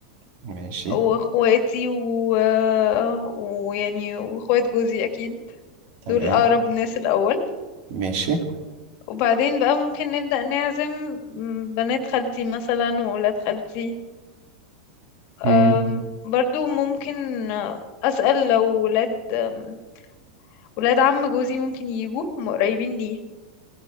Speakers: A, on the right; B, on the left.
A: ماشي
B: واخواتي و... ويعني واخوات جوزي اكيد
A: تمام
B: دول اقرب ناس الاول
A: ماشي
B: وبعدين بقى ممكن نبدأ نعزم م، بنات خالتي مثلا وولاد خالتي
A: مم.
B: أم، برضو ممكن آه، أسأل لو ولاد آم، ولاد عم جوزي ممكن يجوا هم قريبين ليه